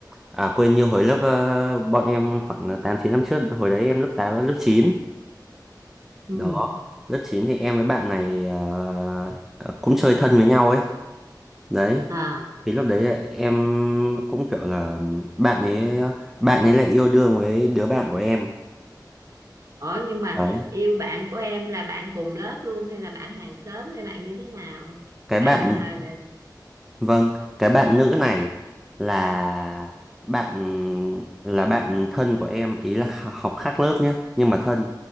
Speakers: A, in the centre; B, on the right.
A: à quên như hồi lớp ờ, bọn em khoảng 8 9 năm trước hồi đấy em lớp 8 và lớp 9
B: Ừ,
A: đó lớp 9 thì em với bạn này ờ, ờ, cũng chơi thân với nhau ấy đấy
B: à,
A: thì lúc đấy là em cũng kiểu là bạn ấy bạn ấy lại yêu đương với đứa bạn của em
B: ủa nhưng mà
A: đấy
B: yêu bạn của em là bạn cùng lớp luôn hay là bạn hàng xóm hay bạn như thế nào?
A: cái
B: Cái bạn
A: bạn
B: mà,
A: Vâng, cái bạn nữ này là bạn là bạn thân của em, ý là kh- học khác lớp nhá, nhưng mà thân.